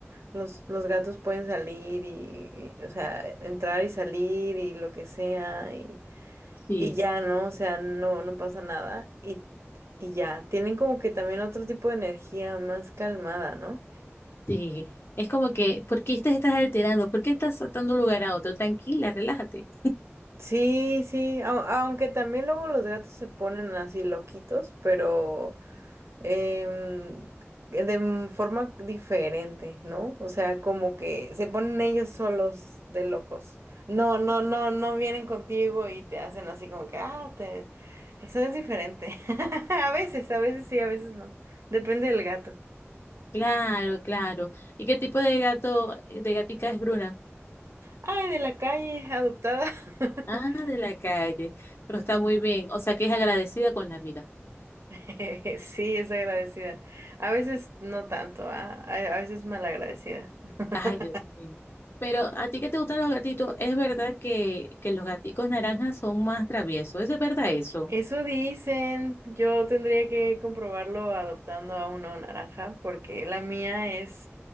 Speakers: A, on the right (about 75°); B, on the left (about 60°).
A: Los, los gatos pueden salir y, y, o sea, entrar y salir y lo que sea, y
B: Sí,
A: Y ya, ¿no? O sea, no, no pasa nada. Y, y ya, tienen como que también otro tipo de energía más calmada, ¿no?
B: sí. Es como que, ¿por qué te estás alterando? ¿Por qué estás saltando de un lugar a otro? Tranquila, relájate.
A: Sí, sí, au- aunque también luego los gatos se ponen así loquitos, pero em, de m- forma diferente, ¿no? O sea, como que se ponen ellos solos de locos. No, no, no, no vienen contigo y te hacen así como que, ah, te... Eso es diferente. <laughs> A veces, a veces sí, a veces no. Depende del gato.
B: Claro, claro. ¿Y qué tipo de gato, de gatica es Bruna?
A: Ay, de la calle, adoptada. <laughs>
B: Ah, de la calle. Pero
A: Ujú.
B: está muy bien. O sea, que es agradecida con la vida.
A: <laughs> Sí, es agradecida. A veces no tanto, ah, A a veces malagradecida. <laughs>
B: Ay, Dios mío. Pero a ti que te gustan los gatitos, es verdad que, que los gaticos naranjas son más traviesos. ¿Es de verdad eso?
A: Eso dicen. Yo tendría que comprobarlo adoptando a uno naranja, porque la mía es,